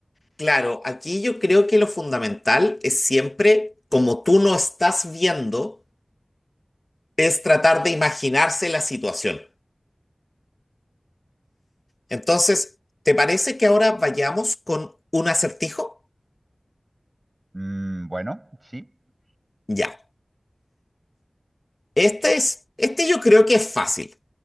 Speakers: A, on the left; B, on the right.
A: Claro, aquí yo creo que lo fundamental es siempre, como tú no estás viendo, es tratar de imaginarse la situación. Entonces, ¿te parece que ahora vayamos con un acertijo?
B: Mm, bueno, sí,
A: Ya. Este es, este yo creo que es fácil,